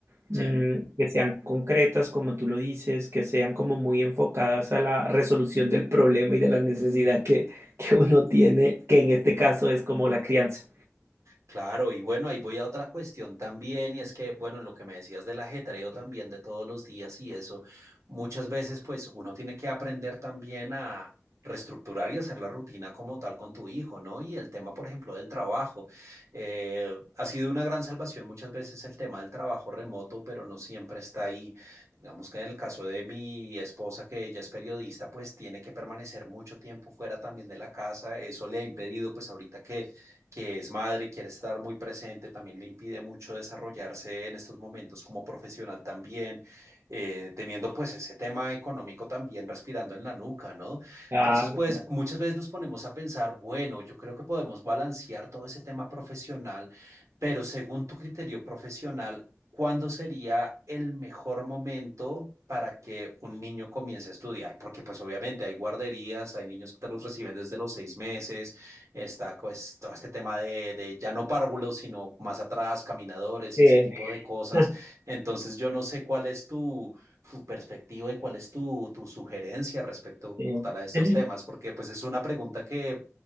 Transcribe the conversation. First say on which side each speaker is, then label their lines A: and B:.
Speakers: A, on the right; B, on the right.
A: mm,
B: Sí.
A: que sean concretas, como tú lo dices, que sean como muy enfocadas a la resolución del problema y de la necesidad que, que uno tiene, que en este caso es como la crianza.
B: Claro, y bueno, ahí voy a otra cuestión también, y es que, bueno, en lo que me decías del ajetreo también de todos los días y eso, muchas veces pues uno tiene que aprender también a reestructurar y hacer la rutina como tal con tu hijo, ¿no? Y el tema, por ejemplo, del trabajo. eh, ha sido una gran salvación muchas veces el tema del trabajo remoto, pero no siempre está ahí. Digamos que en el caso de mi esposa, que ella es periodista, pues tiene que permanecer mucho tiempo fuera también de la casa. Eso le ha impedido, pues ahorita que que es madre y quiere estar muy presente, también le impide mucho desarrollarse en estos momentos como profesional también, eh, teniendo pues ese tema económico también respirando en la nuca, ¿no?
A: Claro,
B: Entonces, pues muchas veces nos ponemos a pensar, bueno, yo creo que podemos balancear todo ese tema profesional, pero según tu criterio profesional, ¿cuándo sería el mejor momento? para que un niño comience a estudiar, porque pues obviamente hay guarderías, hay niños que te los reciben desde los seis meses, Está pues todo este tema de, de ya no párvulos, sino más atrás, caminadores
A: sí,
B: y ese tipo de cosas.
A: <laughs>
B: Entonces yo no sé cuál es tu, tu perspectiva y cuál es tu, tu sugerencia respecto
A: sí,
B: como tal a estos
A: es-
B: temas, porque pues es una pregunta que